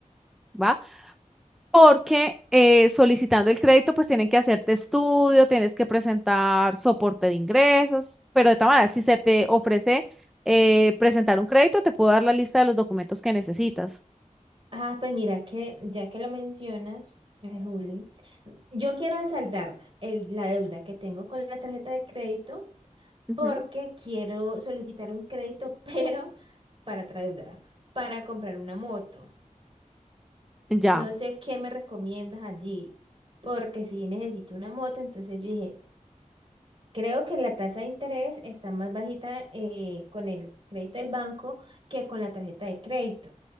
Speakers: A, in the centre; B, on the right.
A: ¿va? Porque eh, solicitando el crédito, pues tienen que hacerte estudio, tienes que presentar soporte de ingresos, pero de todas maneras, si se te ofrece eh, presentar un crédito, te puedo dar la lista de los documentos que necesitas.
B: Ah, pues mira que ya que lo mencionas, eh, Juli, yo quiero asaltar el- la deuda que tengo con la tarjeta de crédito
A: Ujú,
B: porque quiero solicitar un crédito, <laughs> pero para otra deuda, para comprar una moto.
A: Ya.
B: No sé qué me recomiendas allí, porque si necesito una moto, entonces yo dije, creo que la tasa de interés está más bajita eh, con el crédito del banco que con la tarjeta de crédito.